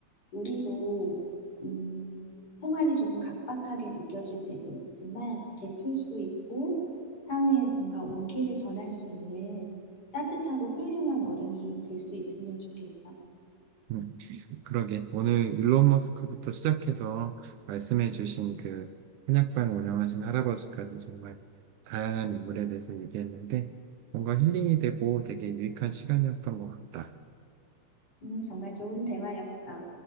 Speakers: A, on the left; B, on the right.
A: 우리도, 음, 생활이 조금 각박하게 느껴질 때도 있지만, 베풀 수 있고, 사회에 뭔가 온기를 전할 수 있는 따뜻하고 훌륭한 어른이 될 수 있으면 좋겠어.
B: 음. 그러게. 오늘 일론 머스크부터 시작해서 말씀해주신 그 한약방 운영하신 할아버지까지 정말 다양한 인물에 대해서 얘기했는데 뭔가 힐링이 되고 되게 유익한 시간이었던 것 같다.
A: 음, 정말 좋은 대화였어.